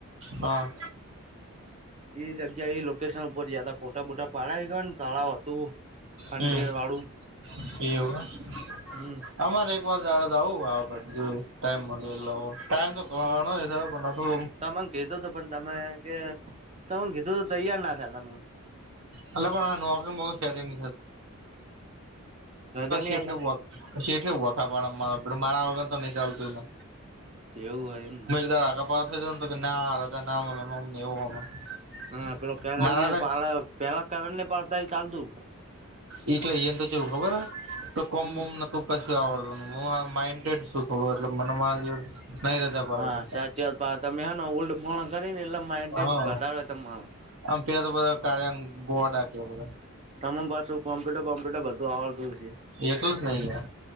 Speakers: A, on the right; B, on the right.
A: હા.
B: એ જગ્યા એ લોકેશન ઉપર જયા હતા પોટા બોટા પાડ ગયા ને તળાવ હતું ખંડેર
A: હમ
B: વાળું.
A: <unintelligible>
B: હમ
A: અમારે એક વાર <inaudible> આવું ટાઈમ મળ ટાઈમ તો ગણો <inaudible>
B: તમામે કીધું તું પણ તમે કે તમે કીધું ત તૈયાર ના થયા તમે.
A: એટલે પણ નોકરી સેટિંગ
B: રજા નહી
A: <unintelligible>
B: આલતા
A: શેઠે વખા પાડ મારા વગર તો નઈ ચાલતું એને.
B: એવું હોય એમને
A: <inaudible> આગપ <unintelligible> કે ના <unintelligible>
B: હા પેલો કર
A: મારા
B: ને પેલા કરણ ને પાડતા ચાલતું.
A: એટલે એ એમ તો જેવું ખબર હ તો કોમ
B: હમ
A: બમ તું કશું આવડતુંને હું આ માઈન્ડેડ છું થોડું એટલે મને <inaudible> પાડવા
B: હા
A: દેતા
B: સાચી વાત તમે હ ઉલ્ડ પણ કરી
A: હા
B: <unintelligible>
A: આમ પેલા તો બધા ક્યાંગ ગોળા કે બધા.
B: તમને પાસું કોમ્પ્યુટરમ્પ્યટર બધું આવડતું છે.
A: એ તો જ નઈ યાર